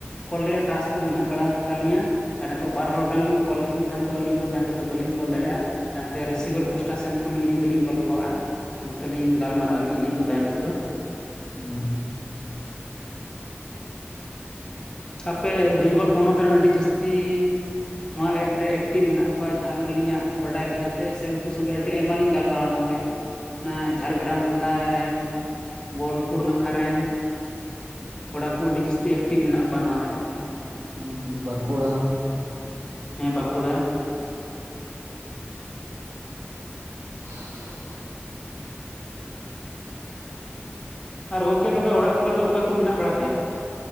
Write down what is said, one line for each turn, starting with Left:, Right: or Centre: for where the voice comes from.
Left: ᱠᱚᱞ ᱨᱮᱭᱟᱜ ᱴᱟᱥᱠ ᱠᱚ ᱢᱮᱱᱟᱜ ᱵᱟᱲᱟ ᱜᱮᱛᱟᱞᱤᱧᱟ ᱟᱨ ᱱᱤᱛᱚᱜ ᱵᱟᱨ ᱦᱚᱲ ᱜᱟᱱ ᱞᱤᱧ ᱠᱚᱞ ᱟᱹᱠᱤᱱ ᱠᱷᱟᱱ ᱫᱚ ᱟᱹᱞᱤᱧ ᱫᱚ ᱛᱟᱭᱚᱢ ᱛᱮᱫᱚ ᱵᱟᱹᱞᱤᱧ ᱠᱚᱞ ᱫᱟᱲᱮᱭᱟᱜᱼᱟ, ᱛᱟᱭᱚᱢᱛᱮ ᱨᱤᱥᱤᱵᱷᱟᱨ ᱯᱟᱥᱴᱟ ᱥᱮᱱ ᱠᱷᱚᱱ ᱟᱹᱞᱤᱧ ᱫᱚᱞᱤᱧ ᱜᱚᱞᱯᱷᱚᱜᱼᱟ ᱱᱚᱛᱚᱜ ᱞᱤᱧ ᱜᱟᱞᱢᱟᱨᱟᱜ-ᱟ ᱟᱹᱞᱤᱧ ᱟᱹᱞᱤᱧ‌ᱫᱚ ᱛᱟᱭᱚᱢ ᱛᱮᱫᱚ
Right: ᱦᱩᱸ
Left: ᱟᱯᱮ ᱵᱮᱝᱜᱚᱞ ᱯᱚᱱᱚᱛ ᱨᱮᱱ ᱟᱹᱰᱤ ᱡᱟᱹᱥᱛᱤ ᱱᱚᱣᱟ ᱮᱯ ᱨᱮ ᱮᱠᱴᱤᱵᱷ ᱢᱮᱱᱟᱜ ᱠᱚᱣᱟ ᱡᱟᱦᱟᱸ ᱟᱹᱞᱤᱧᱟᱜ ᱵᱟᱰᱟᱭ ᱞᱮᱠᱟᱛᱮ ᱥᱮ ᱩᱱᱠᱩ ᱥᱚᱸᱜᱮ ᱟᱹᱰᱤ ᱟᱭᱢᱟ ᱞᱤᱧ ᱜᱟᱞᱢᱟᱨᱟᱣ‌ᱱᱟ ᱟᱯᱮ ᱚᱱᱟ ᱡᱷᱟᱲᱜᱨᱟᱢ ᱱᱟᱠᱷᱟ ᱨᱮᱱ ᱵᱳᱞᱯᱩᱨ ᱱᱟᱠᱷᱟ ᱨᱮᱱ ᱠᱚᱲᱟ ᱠᱚ ᱟᱹᱰᱤ ᱡᱟᱹᱥᱛᱤ ᱮᱠᱴᱤᱵᱷ ᱢᱮᱱᱟᱜ ᱠᱚᱣᱟ ᱱᱚᱣᱟᱣ ᱨᱮ,
Right: ᱦᱩᱸ ᱵᱟᱸᱠᱩᱲᱟ,
Left: ᱦᱮᱸ ᱵᱟᱸᱠᱩᱲᱟ,
Right: <unintelligible>
Left: ᱟᱨ ᱜᱚᱢᱠᱮ ᱛᱚᱵᱮ ᱚᱲᱟᱜ ᱠᱚᱨᱮ ᱫᱚ ᱚᱠᱚᱭ ᱠᱚ ᱢᱮᱱᱟᱜ ᱵᱟᱲᱟ ᱯᱮᱭᱟ?